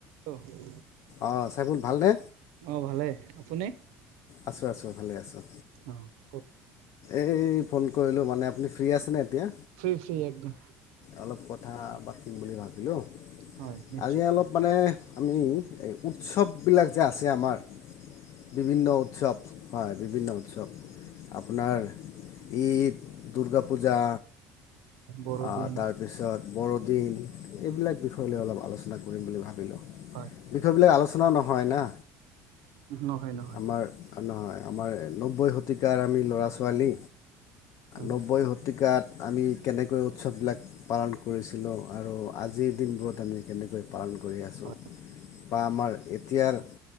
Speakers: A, on the right; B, on the left.
A: Hello
B: অ', চাইফুল ভালনে?
A: অ', ভালে, আপুনি?
B: আছোঁ আছোঁ, ভালে আছোঁ।
A: অ'
B: এই ফোন কৰিলোঁ মানে আপুনি ফ্ৰী আছেনে এতিয়া?
A: ফ্ৰী-ফ্ৰী একদম।
B: অলপ কথা পাতিম বুলি ভাবিলোঁ,
A: হয় নিশ্চয়।
B: আজি অলপ মানে আমি এই উৎসৱবিলাক যে আছে আমাৰ বিভিন্ন উৎসৱ হয়, বিভিন্ন উৎসৱ। আপোনাৰ
A: হয়
B: ঈদ, দুৰ্গা পূজা
A: বৰদিন
B: আহ, তাৰপিছত বৰদিন এইবিলাক বিষয় লৈ অলপ আলোচনা কৰিম বুলি ভাবিলোঁ।
A: হয়।
B: বিষয় বিলাক আলোচনা নহয় না,
A: নহয় নহয়।
B: আমাৰ নহয়, আমাৰ নব্বৈ শতিকাৰ আমি ল'ৰা-ছোৱালী
A: উম।
B: নব্বৈ শ শতিকাত আমি কেনেকৈ উৎসৱ বিলাক পালন কৰিছিলোঁ আৰু আজিৰ দিনবোৰত আমি কেনেকৈ পালন কৰি আছোঁ।
A: হয়
B: বা আমাৰ এতিয়াৰ